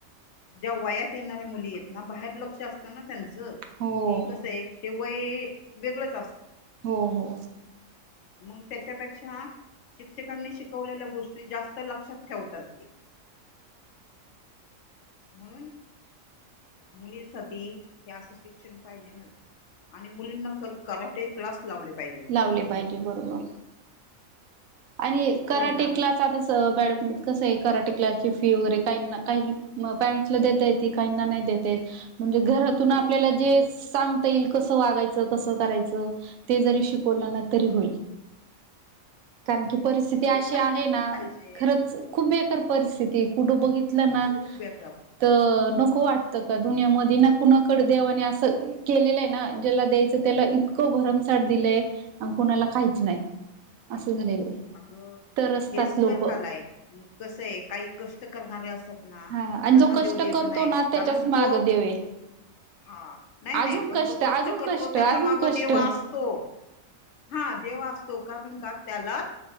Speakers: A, on the left (about 65°); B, on the right (about 80°).
A: ज्यां वायांत येणाऱ्ंया मुली आहेतं नां बाहेर लंक्ष असतं नां त्यांचं
B: हो
A: कि कसं आहे. ते वयं वेगळंच असतं.
B: हो हो.
A: मंग त्यांच्यापेक्षा शिक्षकांनी शिकवलेल्यां गोष्टी जास्तं लक्षांत ठेवतांत ते. म्हणूंन. मुलींसाठी हे असं शिक्षण पाहिजे नचं आणि मुलींना करं करांटे. क्लांस लावले पाहिजेत
B: लावले
A: मेन
B: पाहिजे
A: मुळांत.
B: बरोबर आणि कराटे
A: ना
B: क्लांस त्यांचं कसं आहे करायचं टिकल्यांची फी वगैरे कांहींना कांहीं पॅरेंट्सला देतांय. ती कांहींना नाहीं देतां येतं म्हणजे घरांत. घरांतून तिथूंन
A: हो
B: आपल्यां लां जे सांगता येईल कसं वागायचं कसं करायचं. चिकला नां तरी होईल. कारणं की परिस्थिती
A: खूपच
B: अशी
A: पाहिजे.
B: आहे
A: पण
B: नां
A: पाहिजे
B: खरंच खूंप बेकांर परिस्थिती कुठे बघित. ना़ं
A: खूप बेकार
B: तरं नको वाटतं कां दुनियामध्यें नां कुणांकडे देवांने असं. केलेलंय ना ज्याला द्यायचं त्याला इतकं भरमसाठ दिलंय आणि कुणाला काहीच नाही. असं झालेलं आहे.
A: अगं
B: तर असतात
A: हेच
B: लोक
A: तर कला आहे कसं आहे काही कष्ट करणारे असतात ना
B: हा आणि
A: त्यांना
B: जो कष्ट
A: देव देत
B: करतो
A: नाही
B: ना त्याच्याच
A: कारण
B: माग
A: तो
B: देव आहे
A: हा नाही
B: अजून
A: नाही पण तो कष्ट
B: अजून
A: करतो त्याच्या
B: अजून
A: माग
B: कष्ट
A: देव आस तो हा देव असतो कारण का त्याला